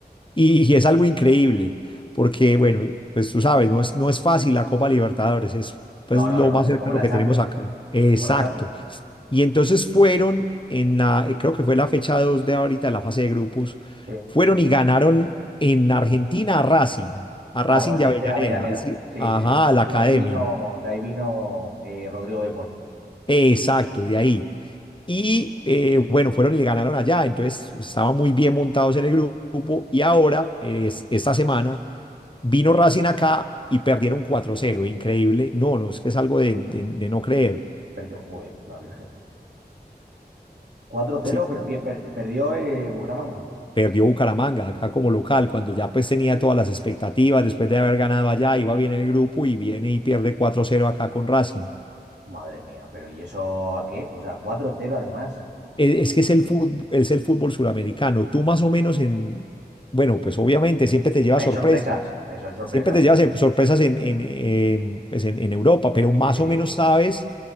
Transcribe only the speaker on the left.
Y, es algo increíble, porque, bueno, pues tú sabes, no es, no es fácil la Copa Libertadores, es pues,
lo
más
cercano
que
tenemos acá. Exacto.
Y entonces fueron en la, eh, creo que fue la fecha 2 de ahorita, de la fase de grupos,
fueron y ganaron en Argentina a Racing, a
Racing
de Avellaneda,
así,
ajá,
a la
academia.
Exacto, de ahí. Y eh, bueno, fueron y le ganaron allá, entonces estaban muy bien montados en el grupo y ahora, es, esta semana, Vino Racing acá y perdieron 4-0, increíble. No, no, es que es algo de, de- de no creer.
Sí,
perdió Bucaramanga acá como local, cuando ya pues tenía todas las expectativas, después de haber ganado allá, iba bien en el grupo y viene y pierde 4-0 acá con Racing.
E- Es, que es el fútbol, es el fútbol suramericano. Tú más o menos en, bueno, pues obviamente siempre te lleva
sorpresa.
Siempre te
llevas eh, sorpresas en, en, em, pues, en- en Europa, pero más
o menos sabes